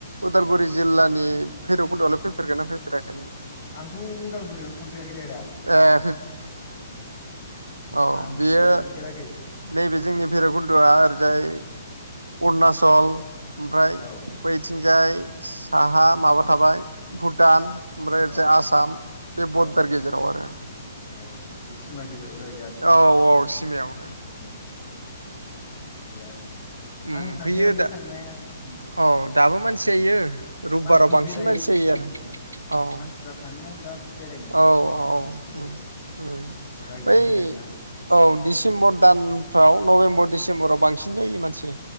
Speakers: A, on the right (about 85°); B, on the left (about 45°).
A: उदालगुरि जिल्लानि भैरब कन्द'आवलाय फैफेरगोन ना फैफेराखै नोंलाय?
B: आंथ' अदालगुरियावनो थांफेराखैलै आदा।
A: नोंलाय अ
B: आङो
A: बियो
B: बेयाव थांफेराखै
A: नैबे जोंनि भैरबकन्द'आ ओरैजाय अरुणाचल ओमफ्राय
B: औ
A: बैथिं जाय साहा माबा थाबाय भुटान ओमफ्राय ओरजाय
B: औ
A: आसाम। बदार
B: औ
A: गेजेराव आरो
B: औ बे सिमा गेजेराव जाहैबाय आरो ना
A: औ औ सिमायावनो
B: उम उम बे आरो
A: उम
B: आं थांफेराखै
A: फैयो दा
B: थांनाया उम
A: औ दाबो मानसि जायो रबिबाराव
B: मानसिफोर
A: बांसिन
B: बेराय
A: मानसि जायो
B: उम
A: आरो
B: मानसिफ्रा
A: औ
B: थाङोना बिराद बेरायनो
A: औ औ
B: नायनो
A: उम
B: जायगाखौ
A: उम
B: जायगाया
A: बै
B: मोजांना
A: औ दिसेम्बर
B: उम
A: दानफ्राव नभेम्बर डिसेम्बराव बांसिन जायो मानसि।